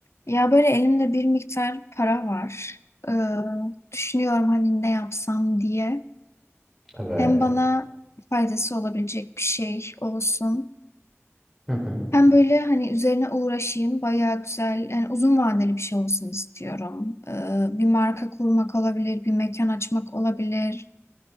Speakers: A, on the left (about 60°); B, in the centre.
A: Ya böyle elimde bir miktar para var. Ee, düşünüyorum hani ne yapsam diye.
B: Evet.
A: Hem bana faydası olabilecek bir şey olsun.
B: Hı hı.
A: Hem böyle hani üzerine uğraşayım. Bayağı güzel, yani uzun vadeli bir şey olsun istiyorum. Ee, bir marka kurmak olabilir, bir mekan açmak olabilir.